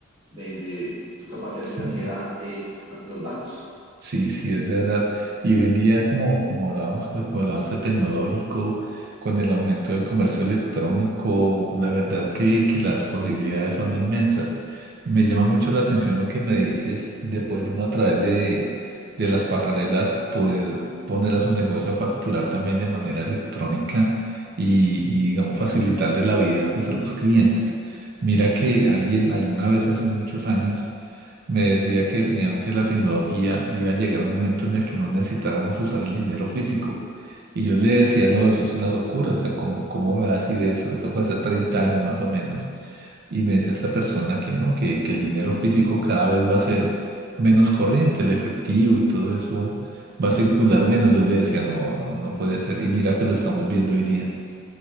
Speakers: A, on the right; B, on the right.
A: de, de tu capacidad
B: sí.
A: financiera ante, ante los bancos.
B: Sí, sí, es verdad. Y hoy en día, como, como hablábamos con con el avance tecnológico, con el aumento del comercio electrónico, la verdad que, que las posibilidades son inmensas. Me llama mucho la atención lo que me dices de poder uno a través de, de las pasarelas poder poner a su negocio a facturar también de manera electrónica y, y digamos, facilitarle la vida pues a los clientes. Mira que alguien alguna vez hace muchos años me decía que definitivamente la tecnología iba a llegar a un momento en el que no necesitáramos usar el dinero físico. Y yo le decía, no, eso es una locura, o sea, ¿cómo, cómo va a decir eso? Eso fue hace 30 años más o menos. Y me decía esta persona que no, que, que el dinero físico cada vez va a ser menos corriente, el efectivo y todo eso va a circular menos. Yo le decía, no, no, no puede ser. Y mira que lo estamos viendo hoy día.